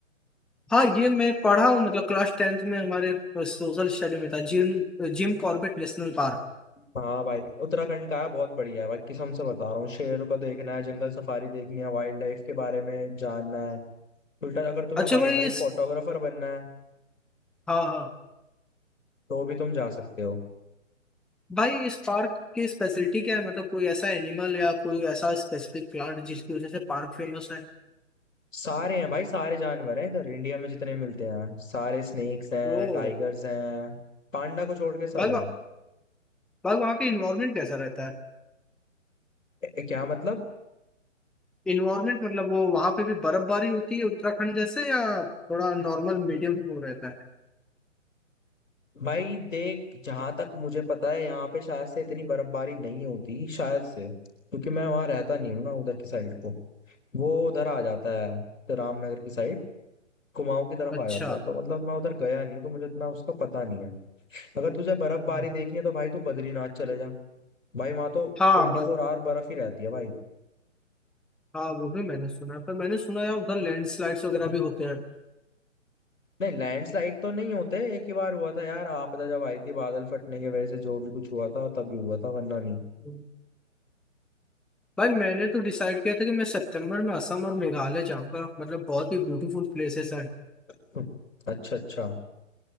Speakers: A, in the centre; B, on the left.
A: हाँ ये मैं पढ़ा हूँ मतलब क्लास टेंथ में हमारे सोशल स्टडी में था Jim Jim Corbett national park
B: हाँ भाई उत्तराखंड का है, बहुत बढ़िया है भाई कसम से बता रहा हूँ शेर को देखना है जंगल सफारी देखनी है वाइल्ड लाइफ के बारे में जानना है उल्टा अगर तुम्हें
A: अच्छा
B: वाइल्ड
A: भाई
B: लाइफ
A: इस
B: फोटोग्राफर बनना है
A: हाँ हाँ
B: तो भी तुम जा सकते हो
A: भाई इस पार्क की स्पेशलिटी क्या है मतलब कोई ऐसा एनिमल या कोई ऐसा स्पेसिफिक प्लांट जिसकी वजह से पार्क फेमस है
B: सारे हैं भाई सारे जानवर हैं इधर इंडिया में जितने मिलते हैं सारे स्नेक्स हैं
A: तो
B: टाइगर्स हैं पांडा को छोड़ के सब
A: भाई
B: हैं
A: वहाँ- भाई वहाँ का इन्वायरमेंट कैसा रहता है
B: ए- क्या मतलब
A: इन्वायरमेंट मतलब वो वहाँ पे भी बर्फबारी होती है उत्तराखंड जैसे या थोड़ा नॉर्मल मीडियम वो रहता है
B: भाई देख जहां तक मुझे पता है यहाँ पे शायद से इतनी बर्फबारी नहीं होती शायद से क्योंकि मैं वहां रहता नहीं हूँ ना उधर की साइड को वो उधर आ जाता है तो रामनगर की साइड कुमाऊं की तरफ
A: अच्छा
B: आ जाता है तो मतलब मैं उधर गया नहीं हूँ तो मुझे इतना उसका पता नहीं है अगर तुझे बर्फबारी
A: हम्म,
B: देखनी है तो भाई तू बद्रीनाथ चले जा भाई वहां तो
A: हाँ
B: ट्वेंटी फोर आवर बर्फ ही रहती है भाई
A: हाँ वो भी मैंने सुना है पर मैंने सुना है उधर लैंडस्लाइड्स वगैरह
B: <laughs>
A: भी होते हैं
B: नहीं लैंडस्लाइड तो नहीं होते एक ही बार हुआ था यार आपदा जब आई थी बादल फटने की वजह से जो भी कुछ हुआ था तभी हुआ था वरना नहीं
A: हम्म। भाई मैंने तो डिसाइड किया था कि मैं सितंबर में असम और मेघालय जाऊंगा मतलब बहुत ही ब्यूटीफुल प्लेसेस हैं
B: <laughs> अच्छा अच्छा